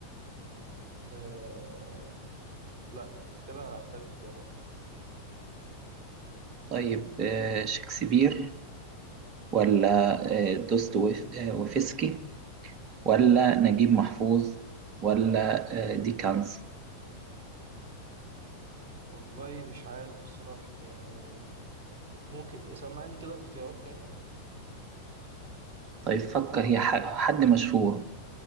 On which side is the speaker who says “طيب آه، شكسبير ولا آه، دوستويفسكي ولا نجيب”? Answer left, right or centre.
Right